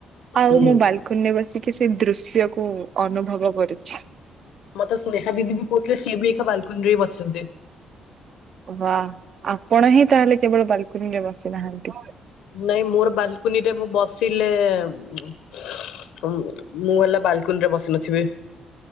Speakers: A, on the left; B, on the right.
A: ହୁଁ।
B: ଆଉ ମୁଁ ବାଲ୍ କୁନିରେ ବସିକି ସେ ଦୃଶ୍ୟକୁ ଅନୁଭବ କରୁଛି।
A: ମତେ ସ୍ନେହା ଦିଦି ବି କହୁଥିଲେ ସିଏ ବି ଏଇଖା ବାଲକୁନିରେ ବସିଚନ୍ତି।
B: ୱା ଆପଣ ହିଁ ତାହେଲେ କେବଳ ବାଲକୁନିରେ ବସିନାହାନ୍ତି?
A: ନାଇଁ ମୋର ବାଲ୍ କୁନିରେ ମୁଁ ବସିଲେ ଉଁ ଉଁ ମୁଁ ହେଲା ବାଲକୁନିରେ ବସି ନଥିବି।